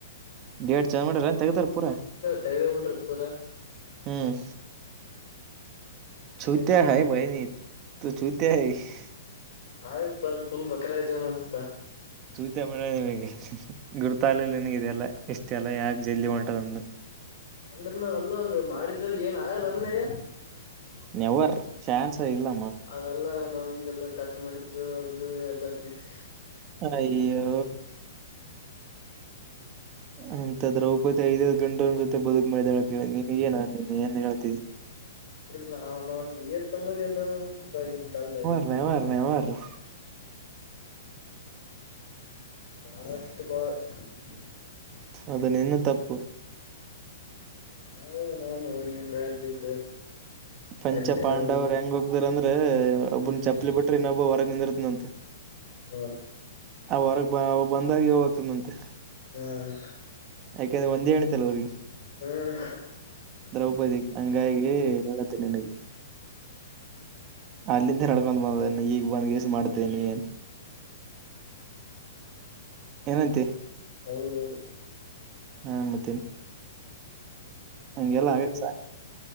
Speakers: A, on the right; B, on the left.
A: ಡೇಡ್ ಚೆಂಜಮಾಡಿರೇನ್ ತೆಗದಿರಾ ಪೂರಾ
B: ತೆ್ದೇ ಬಿಟ್ರು ಪೂರ <unintelligible>
A: ಹ್ಮ್, ಚೂತ
B: ಅದೇ ನೋಡಿದ
A: ಹೈ ಬೈನ ತು ಚೂತ ಹೈ <unintelligible>
B: ನಾವೇ ಫುಲ್ ಬಕ್ರಾ ಇದೇವನ್ ಅನ್ಸ್ತಾ <unintelligible>
A: ಚೂತ ಮೆ ನಿನಗೆ ಗುರುತಾಗಲ್ಲಿಲ್ಲಾನಿನಗ ಇದೆಲ್ಲ ಇಷ್ಟೇಲ್ಲ ಯಾಕೆ ಜಲ್ದಿ ಹೊಂಟದಂತ.
B: ಅಂದ್ರನ <unintelligible> ಅಲ್ಲ ಮಾಡಿದ್ದವ್ರ ಏನ್ ಆಗಲ್ಲ ಅಲ್ಲಯ್ಯ
A: ನೆವರ್ ಚಾನ್ಸ್ ಇಲ್ಲಮ್ಮಾ
B: ಅದೆಲ್ಲಾ ನಾವ್ ಹಿಂಗೆಲ್ಲಾ ಟಚ್ ಮಾಡಿದ್ದು ಅದು ಎಲ್ಲ ಕ ಸಿ
A: ಅಯ್ಯೋ! ಅಂತ ದ್ರೌಪದಿಐದೈದು ಗಂಡನ್ ಜೊತೆ ಬದುಕ್ ಮಿ ನೀ ಏನ ನೀ ಏನ್ ಹೇಳ್ತಿ
B: ಇಲ್ಲ ಅವನು ನೀ ತಂಬೋದ ಎಲ್ಲ್ತಪ್ಪ ಇಗಿನಿ ಕಾಲದಾಗ <unintelligible>
A: ನವಾರ ನವಾರ <inaudible>
B: ಬಹಳಷ್ಟು ಬಾಳ <unintelligible>
A: ಅದ ನಿನ್ನ ತಪ್ಪು
B: ನಾ <unintelligible> ನ ಹೋಗಿ ಮ್ಯಾಗ ಬಿದ್ದು
A: ಪಂಚ
B: ಅಲ್ತನ
A: ಪಾಂಡವ್ರು
B: ಹೋಗಿ
A: ಹೆಂಗ ಹೋಗತಾರಂದ್ರೆ ಒಬ್ಬನ್
B: ಹ್ಮ್
A: ಚಪ್ಪಲಿ ಬಿಟ್ರಿ ಇನ್ನೊಬ್ಬ ಹೊರಗೆ ನಿಂದಿರ್ತ್ನಂತೆ.
B: ನೋಡ
A: ಅವ ಹೊರಗ್ ಬಂದಾಗ ಇವಾ ಹೋಗ್ತಿದನಂತೆ.
B: ಹ್ಮ್,
A: ಯಾಕಂದ್ರೆ ಒಂದೇ ಹೆಂಡತಿಲ್ಲ ಅವ್ರಿಗೆ. -
B: ಹ್ಮ್ <inaudible>
A: ದ್ರೌಪದಿ ಹಂಗಾಗಿ ಹೇಳುತ್ತೆ ನಿನಗೆ ಅಲ್ಲಿಂದ ಹ ತಕೊಂಡ್ ಬಂದ ಈಗ ಬಂದ್ಗೆಸ ಮಾಡ್ತೇ ನೀ <unintelligible> ಏನಂತಿ
B: ಹೌದೌದು,
A: ಹಾ, ಮತ್ತೇನ್ ಹಂಗೆಲ್ಲಾ
B: ಅಂದ್ರ
A: ಆಗಕ್ ಸಾ